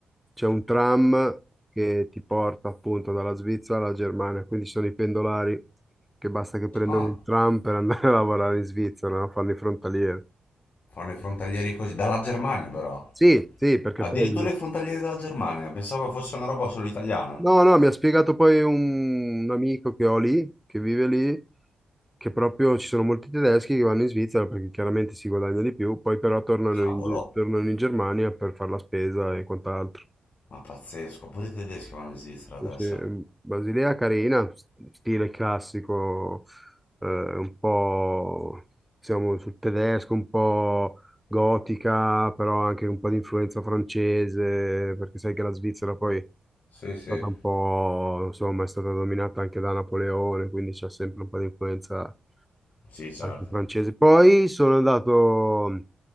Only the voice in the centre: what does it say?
c'è un tram che ti porta appunto dalla Svizzera alla Germania, quindi ci sono i pendolari che basta che prendono
un tram per andare <laughs> a lavorare in Svizzera, no? Fanno i frontalieri.
Sì, sì, perché
poi
No, no, mi ha spiegato poi un, un amico che ho lì, che vive lì, che proprio ci sono molti tedeschi che vanno in Svizzera perché chiaramente si guadagna di più, poi però tornano
in, Ge- tornano in Germania per fare la spesa e quant'altro.
Invece, ehm, Basilea carina, s- stile classico, eh, un po' siamo sul tedesco, un po' gotica, però anche un po' di influenza francese, perché sai che la Svizzera poi
stata un po', insomma, è stata dominata anche da Napoleone, quindi c'è sempre un po' di influenza
anche francese. Poi sono andato